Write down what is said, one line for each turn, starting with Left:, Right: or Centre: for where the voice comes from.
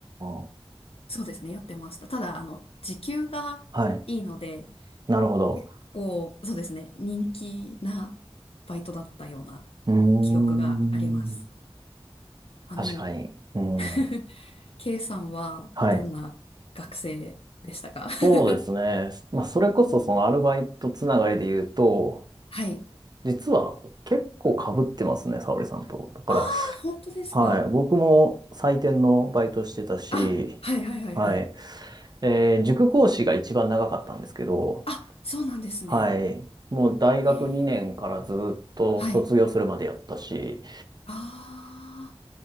Right: は
Left: そうですね、やってました。ただ、あの、時給がいいので、
Right: い。なるほど。
Left: 結構、そうですね、人気なバイトだったような
Right: うーん。
Left: 記憶があります。あの、
Right: 確かに。うん。
Left: <laughs> K さんはどんな学生でしたか
Right: はい。
Left: <laughs>
Right: そうですね。まあ、それこそそのアルバイトつながりで言うと、
Left: はい。
Right: 実は結構被ってますね、沙織さんと。だから、
Left: ああ、本当ですか。
Right: はい。僕も採点のバイトしてたし、
Left: あ、はいはいはいはい。
Right: はい。えー塾講師が一番長かったんですけど、
Left: あ、そうなんですね。
Right: はい。もう大学2年からずっと卒業するまでやったし、
Left: へえ。はい。ああ、